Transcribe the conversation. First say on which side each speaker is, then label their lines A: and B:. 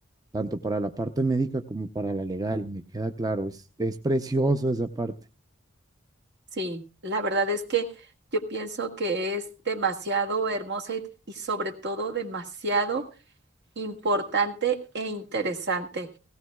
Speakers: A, on the right (about 20°); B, on the right (about 60°).
A: tanto para la parte médica como para la legal, me queda claro, es, es precioso esa parte,
B: Sí, la verdad es que yo pienso que es demasiado hermosa y, y sobre todo demasiado importante e interesante.